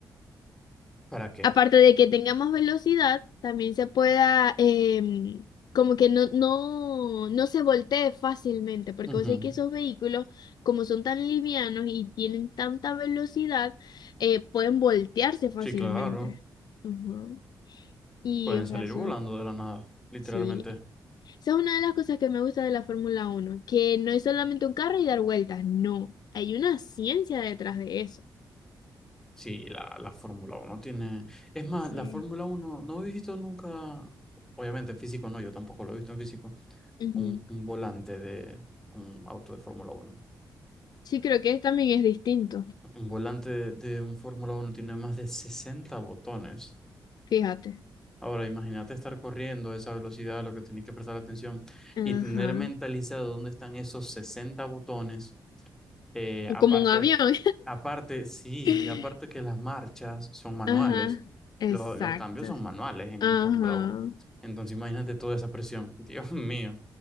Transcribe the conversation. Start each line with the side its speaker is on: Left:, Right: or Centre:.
Centre: ¿Para qué?
Left: aparte de que tengamos velocidad, también se pueda, em, como que no, no, no se voltee fácilmente, porque
Centre: Ujú.
Left: vos sabés que esos vehículos, como son tan livianos y tienen tanta velocidad, eh, pueden voltearse fácilmente.
Centre: Sí, claro,
Left: Ujú. Y,
Centre: pueden
Left: o
Centre: salir
Left: sea, eso
Centre: volando
Left: es-
Centre: de la nada, literalmente.
Left: Sí, esa es una de las cosas que me gusta de la Fórmula Uno, que no es solamente un carro y dar vueltas, no, hay una ciencia detrás de eso.
Centre: Sí, la, la Fórmula uno tiene... Es más,
Left: Sí.
Centre: la Fórmula uno, no he visto nunca, obviamente en físico no, yo tampoco lo he visto en físico,
Left: Ujú.
Centre: un, un volante de un auto de Fórmula uno,
Left: Sí, creo que también es distinto,
Centre: Un volante de, un Fórmula uno tiene más de 60 botones.
Left: fíjate.
Centre: Ahora, imagínate estar corriendo a esa velocidad, lo que tenés que prestar atención
Left: Ajá.
Centre: y tener mentalizado dónde están esos 60 botones. Eh, aparte
Left: Como un avión.
Centre: Aparte, sí,
Left: <laughs>
Centre: y aparte que las marchas son manuales,
Left: Ajá. Exacto.
Centre: lo- los cambios son manuales en
Left: Ajá.
Centre: un Fórmula uno. Entonces imagínate toda esa presión. <laughs> Dios mío.